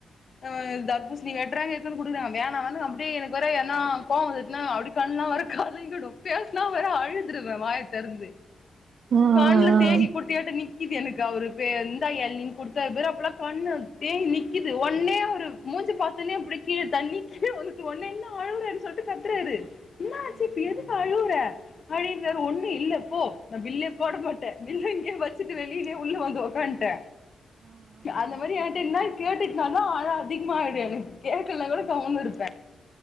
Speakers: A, on the left; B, on the right.
A: ஆ தர்பூஸ்ணி வெட்றாங்க த்நன் குடுக்றாங் வேணா வேணா அப்டே எனக்கு வேற ஏனா கோவொ வந்துட்னா அப்டே கண்லா‌ வேற கலங்கிடு பேஸ்னா வேற அழுதுருவ வாய தரந்து
B: ம் ம்
A: கண்ல தேங்கி
B: ம்
A: குட்டியாட்டொ நிக் நிக்குது எனக்கு அவரு பே இந்தா எள்நின் குட்த்தார் பாரு அப்பல்லா கண்ணு தேங்கி நிக்குது ஒன்னே அவுரு மூஞ்ச பாத்துன்னே அப்டே கீழ தண்ணி கீழ உந்துட்டு ஒன்னே என்ன அழுவுறன் சொல்ட்டு கத்துறாரு இன்னா ஆச்சு இப்ப எது அழுவுர அடினார் ஒண்ணு இல்ல போ நா பில்லே போட மாட்ட பில்ல இங்க்யே வச்சுட்டு வெளியிலே உள்ள வந்து ஒக் க்கான்ட்ட அந்த மாரி யன்ட்ட இன்னா கேட்டுட்னாலு அழ அதிக்மா ஆய்டு எனக் கேக்கல்லாலு கம்முன் இருப்ப